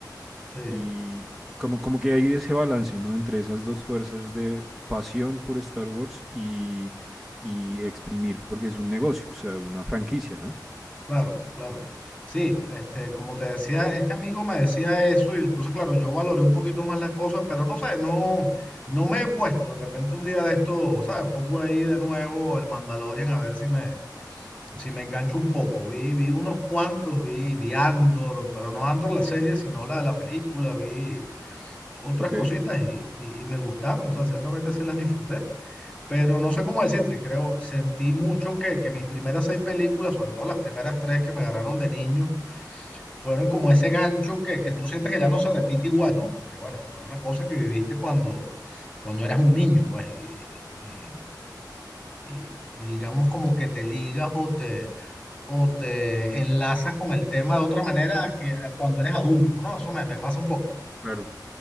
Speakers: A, on the left (about 20°); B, in the centre.
A: Sí.
B: y como, como que hay ese balance, ¿no? Entre esas dos fuerzas de pasión por Star Wars y, y exprimir porque es un negocio, o sea, una franquicia, ¿no?
A: Claro, claro. Sí, este, como te decía, este amigo me decía eso y entonces, claro, yo valoré un poquito más las cosas, pero no sé, no, no me he puesto. De repente un día de esto, ¿sabes? Pongo ahí de nuevo el Mandalorian a ver si me, si me engancho un poco. Vi, vi unos cuantos, vi, vi Andor, pero no Andor la serie, sino la de la película, vi otras
B: Ok,
A: cositas y, y, y me gustaron, o sea, ciertamente sí las disfruté. Pero no sé cómo decirte, creo, sentí mucho que, que mis primeras seis películas, sobre todo las primeras tres que me agarraron de niño, fueron como ese gancho que, que tú sientes que ya no se repite igual, ¿no? Porque bueno, fue una cosa que viviste cuando, cuando eras un niño, pues, y, y, y- y digamos como que te ligas o te, o te enlazas con el tema de otra manera a que, a cuando eres adulto, ¿no? Eso me, me pasa un poco, pues.
B: claro.